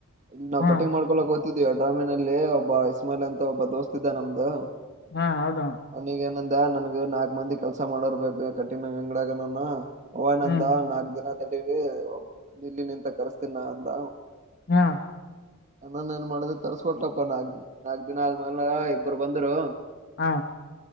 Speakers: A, on the right; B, on the left.
A: ಇ ನಾವ
B: ಹಾ
A: ಕಟ್ಟ ಮಾಡ್ಕೊಕ್ ಹೋಗತಿದೀವಿ ಡ್ರಾಮಿನ ಅಲ್ಲಿ ಒಬ್ಬ ಇಸ್ಮಾಿಲ್ ಅಂತ ಒಬ್ಬ ದೋಸ್ತ್ ಇದಾ ನಮ್ದು
B: ಹಾ ಹೌದ
A: ಅವನಿಗ ಏನಂದ ನನ್ಗ ನಾಕಕ್ ಮಂದಿ ಕೆಲ್ಸ ಮಾಡೋರ್ ಬ ಕಠಿಣ ಅಂಗಡ ನಾನ ಅವಯ್ ನಂದ
B: ಹ್ಮ್
A: ನಾಕ್ ದಿನ ಇಲ್ಲಿ ನಿಂತ ಕರ್ಸ್ತಿನ ಅಂದ
B: ಹಾ
A: ಅನ್ನನ್ ಏನ್ ಮಾಡಿದ ತರ್ಸಕೊಟ್ಟಪ್ಪಾ ನಾಕ್ ನಾಕಕ್ ದಿನ ಆದ್ಮೇಲೆ ಇಬ್ಬರು ಬಂದ್ರು
B: ಹಾ